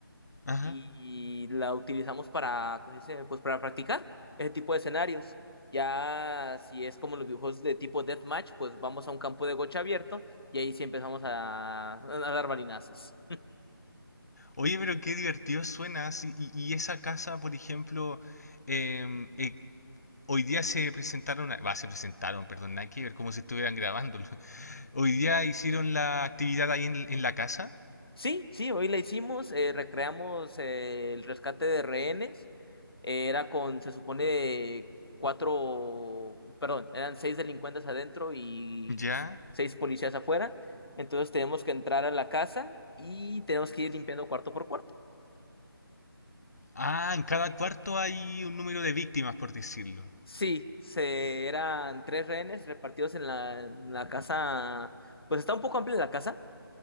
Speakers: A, on the left; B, on the left.
A: Ajá.
B: y la utilizamos para, pues, dice, pues para practicar ese tipo de escenarios. Ya si es como los videojuegos de tipo deathmatch, pues vamos a un campo de gocha abierto y ahí sí empezamos a, a dar balinazos.
A: Oye, pero qué divertido suena. sí, Y, y esa casa, por ejemplo, em, eh, hoy día se presentaron, a- va, se presentaron, perdón, nada que ver, como si estuvieran grabándolo. <laughs> Hoy día hicieron la actividad ahí en, en la casa.
B: Sí, sí, hoy la hicimos, eh, recreamos eh, el rescate de rehenes. Eh, era con, se supone, cuatro, perdón, eran seis delincuentes adentro y
A: Ya.
B: seis policías afuera. Entonces tenemos que entrar a la casa y tenemos que ir limpiando cuarto por cuarto.
A: Ah, en cada cuarto hay un número de víctimas, por decirlo.
B: Sí, se, eran tres rehenes repartidos en la, en la casa, pues está un poco amplia la casa.